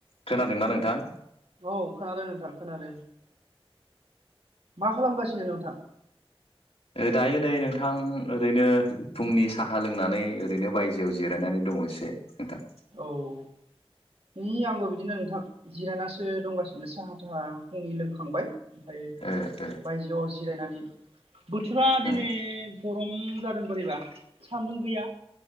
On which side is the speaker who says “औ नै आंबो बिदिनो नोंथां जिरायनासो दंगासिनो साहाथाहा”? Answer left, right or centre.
Right